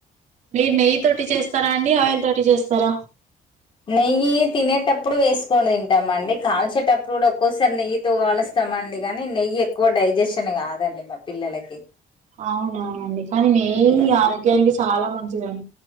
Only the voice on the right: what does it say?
మీరు నెయ్యి తోటి చేస్తరా అండి ఆయిల్ తో టి చేస్తరా
అవునవునండి కాని నెయీ
ఆరోగ్యానికి చాల మంచిదం